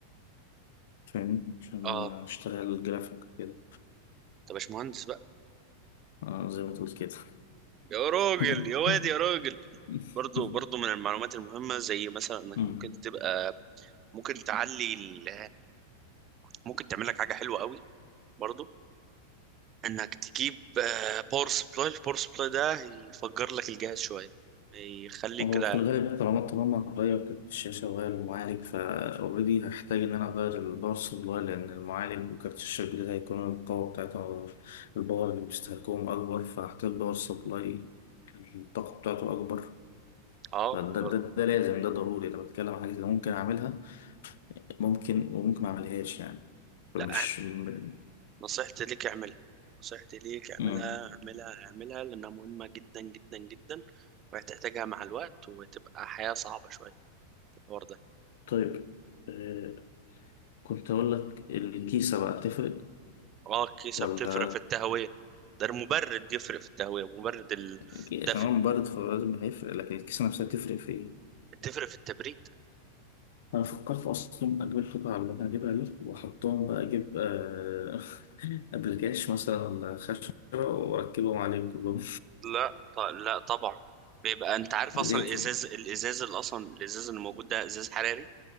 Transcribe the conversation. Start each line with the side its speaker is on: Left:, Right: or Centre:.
Left: فاهمني عشان
Right: اه
Left: أشتغل جرافيك كده
Right: طب مش مهندس بقى
Left: آه زي ما تقول كده
Right: يا راجل
Left: <laughs>
Right: يا واد يا راجل برضو برضو
Left: <laughs>
Right: من المعلومات المهمة زي مثلا انك
Left: مم.
Right: ممكن تبقى ممكن تعلي ال... ممكن تعمل لك حاجة حلوة قوي برضو انك تجيب باور سبلاي الباور سبلاي ده يفجر لك الجهاز شوية يخليك
Left: هو
Right: كده
Left: في الغالب طالما طالما هغير كارت الشاشة وغير المعالج فأوريدي هحتاج إن أنا أغير الباور سبلاي لأن المعالج وكارت الشاشة الجديد هيكون القوة بتاعته الباور اللي بيستهلكوهم أكبر فهحتاج باور سبلاي الطاقة بتاعته أكبر
Right: اه
Left: فده
Right: و...
Left: ده, ده, ده لازم ده ضروري أنا بتكلم عن حاجة اللي ممكن أعملها ممكن وممكن ما أعملهاش يعني فمش
Right: لا
Left: م-
Right: نصيحتي ليك اعملها نصيحتي ليك اعملها
Left: مم.
Right: اعملها اعملها لأنها مهمة جدا جدا جدا وهتحتاجها مع الوقت وتبقى حياة صعبة شوية في الحوار ده
Left: طيب آه، كنت أقول لك الكيسة بقى تفرق
Right: اه الكيسة
Left: ولا
Right: بتفرق في التهوية ده المبرد يفرق في التهوية مبرد الدفء
Left: أكيد عشان هو مبارد فلازم هيفرق لكن الكيسة نفسها تفرق في إيه؟
Right: تفرق في التبريد
Left: أنا فكرت أصلا أجيب قطع اللي أنا هجيبها دي وأحطهم بقى أجيب آه، <laughs> أبلكاش مثلا ولا خشبة وأركبهم عليهم كلهم
Right: لا ط- لا طبعا بيبقى انت عارف
Left: <laughs> ليه
Right: اصلا الازاز
Left: طيب؟
Right: الازاز اللي اصلا الازاز اللي موجود ده ازاز حراري